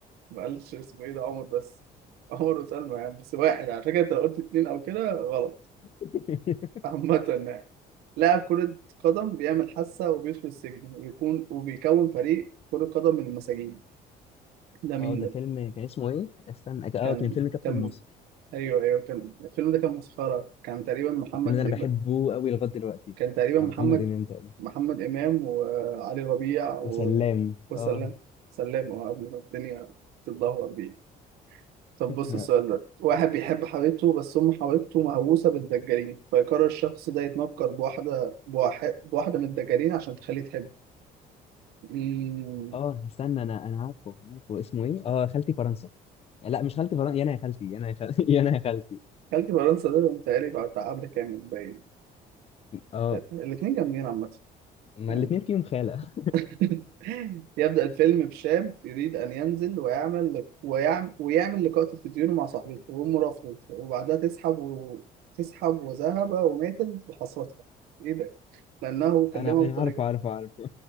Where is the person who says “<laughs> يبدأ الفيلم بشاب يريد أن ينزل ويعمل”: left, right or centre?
Right